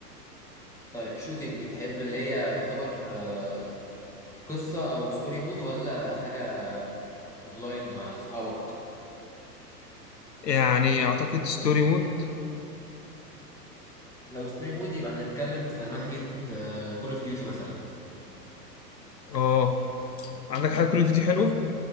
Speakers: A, in the centre; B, on the left.
A: طيب شوتينج تحب اللي هي يعتبر آه، قصة أو ستوري مود ولا حاجة أونلاين مع أصحابك
B: يعني اعتقد ستوري مود
A: لو ستوري مود يبقى هنتكلم في ناحية كول اوف ديوتي مثلا
B: اه عندك حاجه كل دي حلوه